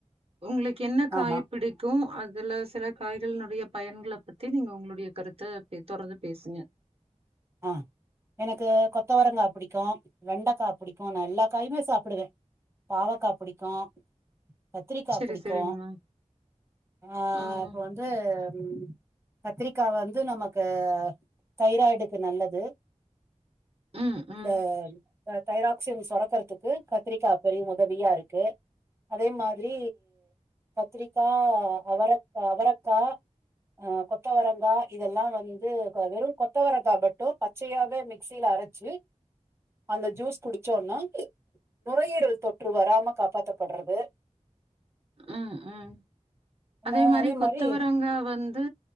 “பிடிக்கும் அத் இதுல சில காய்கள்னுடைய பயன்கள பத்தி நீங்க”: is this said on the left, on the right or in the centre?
Right